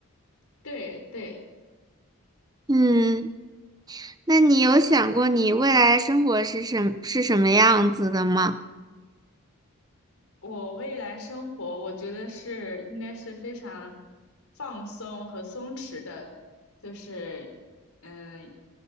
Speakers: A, on the left; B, on the right.
A: 对对。
B: 嗯。那你有想过你未来生活是什是什么样子的吗？
A: 我未来生活，我觉得是应该是非常放松和松弛的，就是嗯，